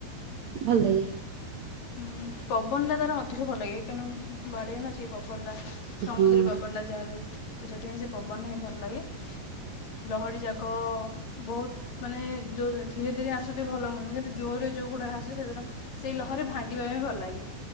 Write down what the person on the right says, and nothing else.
ଭଲ ଲାଗେ।
ହଁ